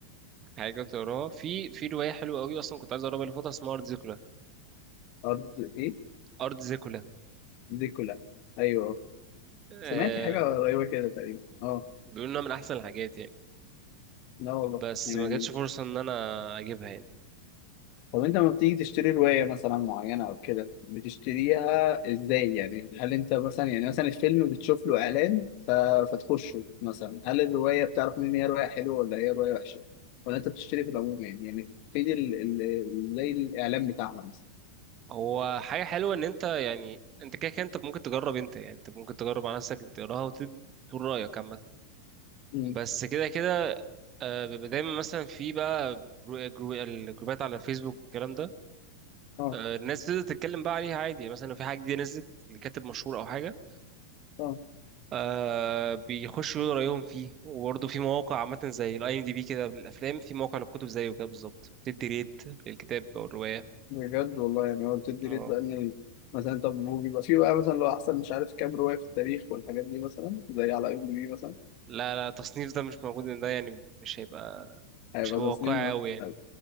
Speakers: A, on the right; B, on the left.
A: حاجة تقراها في في رواية حلوة قوي أصلا كنت عايز أقراها اللي فاتت اسمها أرض زيكولا
B: ارض ايه
A: أرض زيكولا
B: دي كلها ايوه
A: آه
B: سمعت حاجة قريبة كده تقريبا اه
A: بيقولوا إنها من أحسن الحاجات يعني
B: لا والله
A: بس
B: يعني
A: ما جاتش فرصة إن أنا أجيبها يعني
B: طب انت لما بتيجي تشتري رواية مثلا معينة او كده بتشتريها ازاي يعني هل انت مثلا يعني مثلا الفيلم بتشوف له اعلان ف... فتخشه مثلا هل الرواية بتعرف منين هي رواية حلوة ولا هي رواية وحشة ولا انت بتشتري في العموم يعني يعني في ال... ال... زي الاعلان بتاعها مثلا
A: هو حاجة حلوة إن أنت يعني أنت كده كده أنت ممكن تجرب أنت يعني أنت ممكن تجرب على نفسك أنت تقراها وتقول رأيك عامة
B: مم.
A: بس كده كده آه بيبقى دايما مثلا في بقى جرو- جرو- الجروبات على الفيسبوك الكلام ده
B: اه
A: آه الناس بتبدأ تتكلم بقى عليها عادي يعني، مثلا لو في حاجة جديدة نزلت لكاتب مشهور أو حاجة
B: اه
A: آه بيخشوا يقولوا رأيهم فيه وبرضه في مواقع عامة زي الاي ام دي بي كده للأفلام في موقع للكتب زيه كده بالظبط بتدي ريت للكتاب أو الرواية
B: بجد والله يعني هو بتدي
A: اه
B: ريت بقى ان ال- مثلا طب هو بيبقى في بقى مثلا لو احسن مش عارف كام رواية في التاريخ والحاجات دي مثلا زي على ام دي بي مثلا
A: لا لا التصنيف ده مش موجود إن ده يعني مش هيبقى
B: هيبقى
A: مش هيبقى
B: تصميم
A: واقعي أوي يعني
B: هيبقى